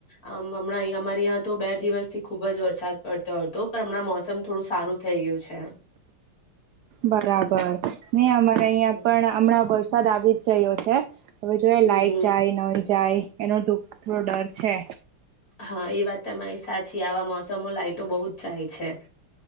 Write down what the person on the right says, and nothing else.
બરાબર ને અમારે અહિયાં
પણ હમણાં વરસાદ આવી જ રહ્યો છે. હવે જો એ લાઇટ
જાય નહી જાય એનો થોડો ડર છે.